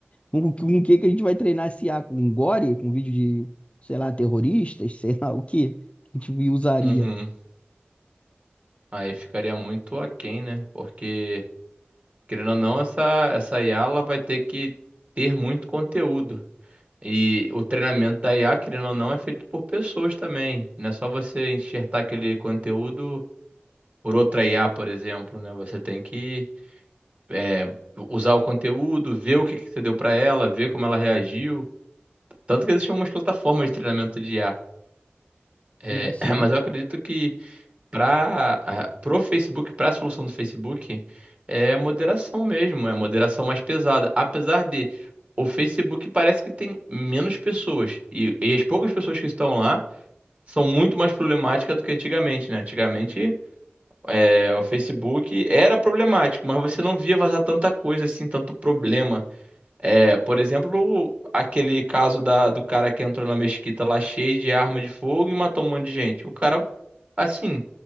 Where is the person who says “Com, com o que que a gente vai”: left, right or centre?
Left